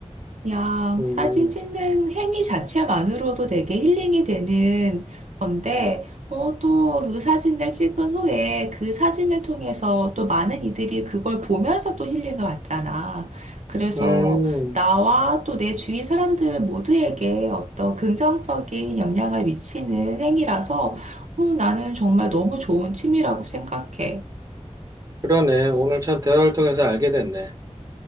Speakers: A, on the right; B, on the right.
A: 그냥
B: 음,
A: 사진 찍는 행위 자체만으로도 되게 힐링이 되는 건데, 어, 또 그 사진을 찍은 후에 그 사진을 통해서 또 많은 이들이 그걸 보면서 또 힐링을 받잖아. 그래서
B: 음,
A: 나와 또 내 주위 사람들 모두에게 어떤 긍정적인 영향을 미치는 행위라서, 음, 나는 정말 너무 좋은 취미라고 생각해.
B: 그러네. 오늘 참 대화를 통해서 알게 됐네.